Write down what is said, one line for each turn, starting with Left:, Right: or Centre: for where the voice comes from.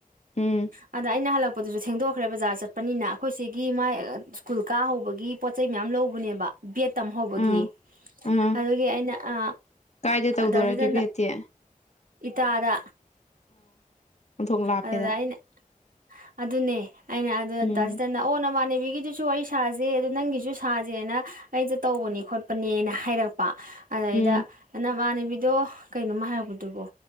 Left: ꯎꯝ
Right: ꯑꯗ ꯑꯩꯅ ꯍꯜꯂꯛꯄ ꯍꯜꯂꯛꯄꯇꯨꯁꯨ ꯊꯦꯡꯗꯣꯛꯈ꯭ꯔꯦ ꯕꯖꯥꯔ ꯆꯠꯄꯅꯤꯅ ꯑꯩꯈꯣꯏ ꯁꯤꯒꯤ ꯃꯥꯥꯏ ꯁ꯭ꯀꯨꯜ ꯀꯥ ꯍꯧꯕꯒꯤ ꯄꯣꯠ ꯄꯣꯠꯆꯩ ꯃꯌꯥꯝ ꯂꯧꯕꯅꯦꯕ ꯕꯦꯠ ꯇꯝꯍꯧꯕꯒꯤ
Left: ꯑꯥ ꯑꯥ
Right: ꯑꯗꯨꯒꯤ ꯑꯩꯅ ꯑ
Left: ꯀꯥꯏꯗ ꯇꯧꯗꯣꯔꯒꯦ
Right: ꯗꯥ ꯁꯤꯇꯟꯅ
Left: ꯕꯦꯠꯇꯤ ꯑꯥ
Right: ꯏꯇꯗ
Left: ꯑꯣꯟꯊꯣꯛ ꯂꯥꯞꯄꯦꯗ
Right: ꯑꯗꯨꯗ ꯑꯩꯅ ꯑꯗꯨꯅꯦ ꯑꯩꯅ ꯑꯗꯨ
Left: ꯎꯝ
Right: ꯇꯁꯤꯗꯅ ꯑꯣ ꯅꯃꯥꯟꯅꯦꯕꯤꯒꯤꯗꯨꯁꯨ ꯋꯥꯔꯤ ꯁꯥꯁꯦ ꯑꯗꯣ ꯅꯪꯒꯤꯁꯨ ꯁꯨ ꯁꯥꯁꯦꯅ ꯑꯩꯁꯦ ꯇꯧꯕꯅꯦ ꯈꯣꯠꯄꯅꯦꯅ ꯍꯥꯏꯔꯛꯄ ꯑꯗꯨꯗꯩꯗ
Left: ꯎꯝ
Right: ꯏꯃꯥꯟꯅꯕꯤꯗꯣ ꯀꯩꯅꯣꯝꯃ ꯍꯥꯏꯔꯛꯄꯗꯨꯕꯣ